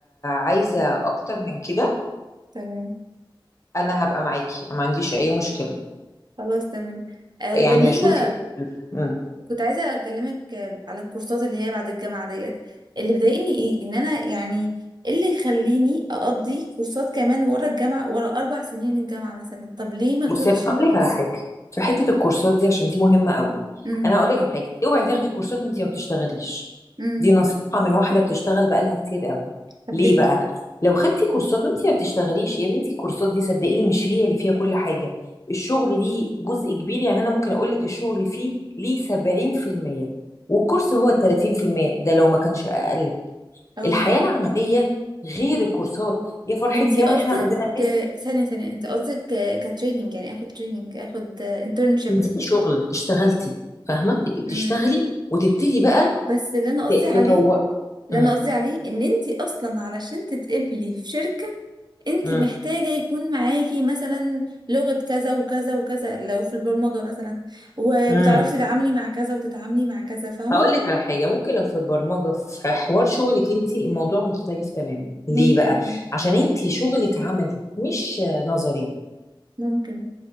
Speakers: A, on the left (about 35°); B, on the right (about 55°).
A: عايزة اكتر من كده
B: تمام
A: انا هبقى معاكي ما عنديش اي مشكلة
B: خلاص تمام آه
A: يعني
B: بالنسبة
A: شوفي مم.
B: كنت عايزة أكلمك آه، على الكورسات اللي هي بعد الجامعة ديت اللي بيضايقني إيه إن أنا يعني إيه اللي يخليني أقضي كورسات كمان ورا الجامعة ورا أربع سنين الجامعة مثلا طب ليه ما أخدش
A: بصي انا هقول لك على حاجه في حته الكورسات دي عشان دي مهمه قوي
B: أمم،
A: انا هقول لك على حاجه اوعي تاخدي كورسات وانت ما بتشتغليش
B: أمم،
A: دي نصيحه من واحده بتشتغل بقالها كتير قوي
B: طب
A: ليه
B: ليه
A: بقى لو خدتي كورسات وانت ما بتشتغليش يا بنتي الكورسات دي صدقيني مش هي اللي فيها كل حاجه الشغل ليه جزء كبير يعني انا ممكن اقول لك الشغل فيه ليه 70% والكورس هو 30% ده لو ما كانش اقل
B: اه
A: الحياه العمليه غير الكورسات يا فرحتي
B: انتي
A: يعني
B: قصدك
A: احنا عندنا ناس
B: آه، ثانية ثانية انتي قصدك كتريننج يعني اخد تريننج اخد انترنشيب
A: دي شغل اشتغلتي فاهمه تبقي بتشتغلي
B: امم
A: وتبتدي بقى
B: بس اللي انا قصدي
A: ت-
B: عليه
A: تطور
B: اللي
A: امم
B: انا قصدي عليه ان انتي اصلا علشان تتقبلي في شركة انتي
A: امم
B: محتاجة يكون معاكي مثلا لغة كذا وكذا وكذا لو في البرمجة مثلا وبتعرفي
A: امم
B: تتعاملي مع كذا وتتعاملي مع كذا فاهمة
A: هقول لك على حاجه ممكن لو في البرمجه في حوار شغلك انت الموضوع مختلف تماما ليه
B: ممكن
A: بقى
B: اه
A: عشان انت شغلك عملي مش آه، نظري
B: ممكن